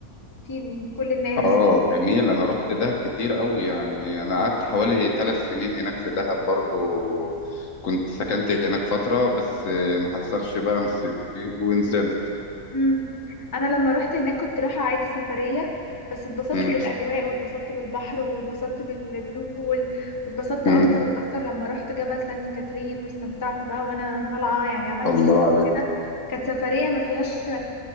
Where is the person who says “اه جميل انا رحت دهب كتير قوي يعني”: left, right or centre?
Left